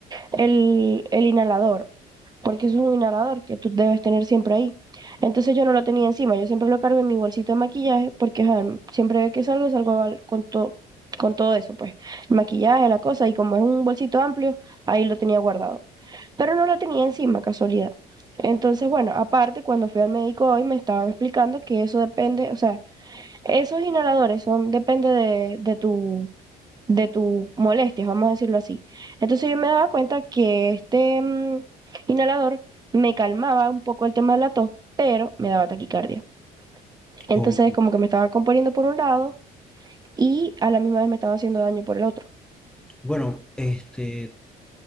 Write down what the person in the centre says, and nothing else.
o-
bueno, este,